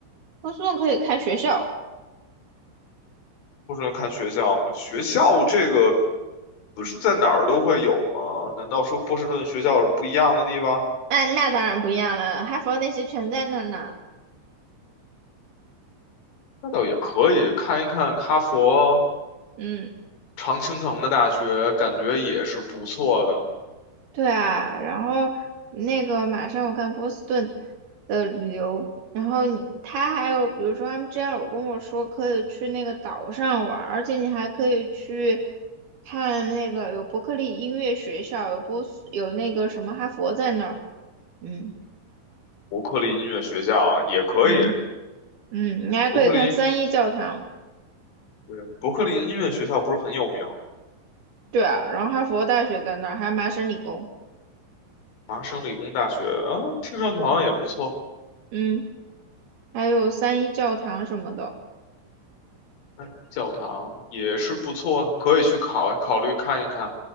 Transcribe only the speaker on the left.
波士顿看学校吗？学校这个不是在哪儿都会有吗？难道说波士顿学校有什么不一样的地方？
那倒也可以，看一看哈佛、
常青藤的大学，感觉也是不错的。
伯克利音乐学校啊，也可以。
伯克利，对，伯克利音乐学校不是很有名，
麻省理工大学啊，听上去好像也不错。
哎，教堂也是不错的，可以去考考虑看一看。